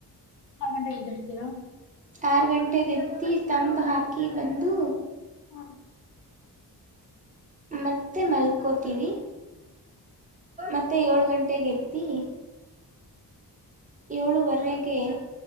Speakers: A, on the left; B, on the right.
A: ಆರು ಗಂಟೆಗೆಗೆದ್ದಿಡ್ತೀರಾ
B: ಆರು ಗಂಟೆೆಗೆ ಎದತ್ತಿ ತಂಬ ಹಾಕಿ ಬಂದು
A: ಹಾ
B: ಮತ್ತೆ ಮಲ್ಕೋತೀವಿ ಮತ್ತೆ ಏಳ್ ಗಂಟೆೆಗೆಗದ್ದಿ ಏಳುವರೆಗೆ